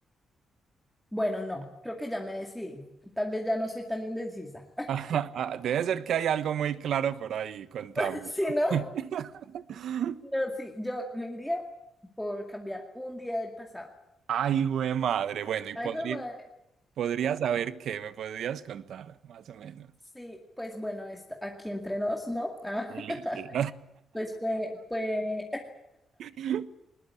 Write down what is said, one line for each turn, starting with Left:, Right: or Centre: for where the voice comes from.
Centre: Bueno, no, creo que ya me decidí. Tal vez ya no soy tan indecisa.
Right: <laughs> Ajá, ah, Debe ser que hay algo muy claro por ahí, contame.
Centre: <laughs> Si no,
Right: <laughs>
Centre: no, sí, yo me iría por cambiar un día del pasado.
Right: Ay, güey, madre. Bueno, y
Centre: Ay,
Right: podría,
Centre: jue madre.
Right: podrías saber qué, me podrías contar, más o menos.
Centre: Sí, pues bueno, esta- aquí entre nos, ¿no? Ah,
Right: Tú le- Sí.
Centre: <laughs> pues fue, fue
Right: <laughs>